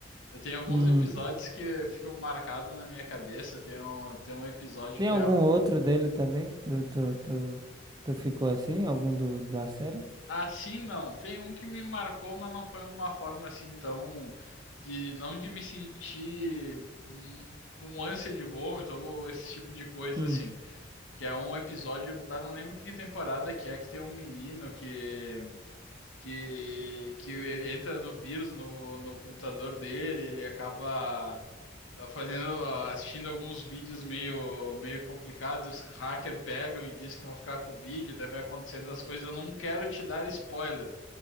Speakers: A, on the left; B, on the right.
A: Eu tenho alguns
B: Hum,
A: episódios que ficam marcados na minha cabeça. Tem um, tem um episódio
B: tem
A: que
B: algum
A: é um,
B: outro dele também que tu, tu, tu, tu ficou assim? Algum do, da série?
A: assim, não. Tem um que me marcou, mas não foi uma forma assim tão de não de me sentir hum, com ânsia de vômito ou esse tipo de coisa
B: Hum,
A: assim. Que é um episódio, eu não lembro que temporada que é que tem um menino que que, que entra no vírus no, no computador dele, ele acaba ah, fazendo, ah, assistindo alguns vídeos meio, meio complicados, os hackers pegam e dizem que vão ficar com o vídeo, daí vai acontecendo as coisas. Eu não quero te dar spoiler,